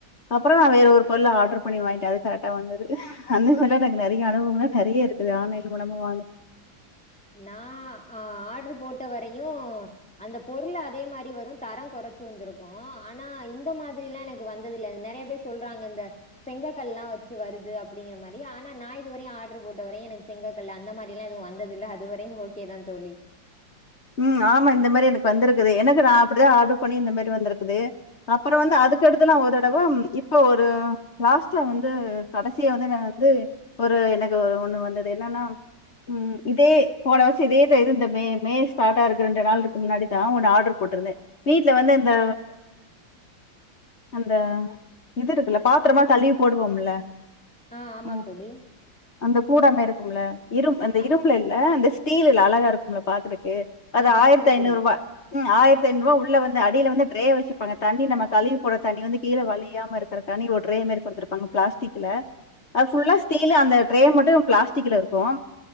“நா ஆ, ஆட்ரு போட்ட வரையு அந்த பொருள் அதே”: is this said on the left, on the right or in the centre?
Centre